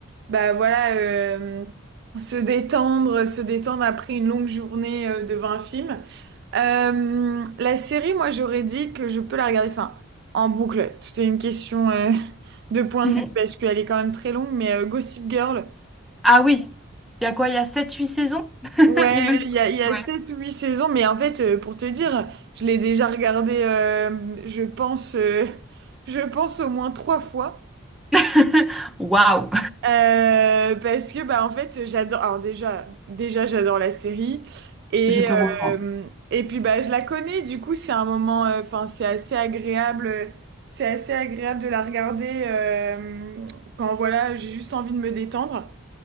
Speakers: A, on the right (about 55°); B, in the centre.
A: bah voilà, euh, se détendre, se détendre après une longue journée euh, devant un film. Euh, la série, moi, j'aurais dit que je peux la regarder, enfin, en boucle. Tout est une question euh, <laughs> de point
B: mhm.
A: de vue parce qu'elle est quand même très longue, mais euh, Gossip Girl.
B: Ah oui, il y a quoi? Il y a sept huit saisons? <laughs>
A: Ouais,
B: Il me semble.
A: il y a, il y a
B: ouais.
A: 7 ou 8 saisons, mais en fait, euh, pour te dire, je l'ai déjà regardé, euh, je pense, euh, je pense au moins trois fois.
B: <laughs> Waouh,
A: Euh, parce que bah en fait j'adore alors déjà déjà j'adore la série et
B: je te rejoins.
A: euh, et puis bah je la connais du coup c'est un moment euh, enfin c'est assez agréable euh, c'est assez agréable de la regarder euh, quand voilà j'ai juste envie de me détendre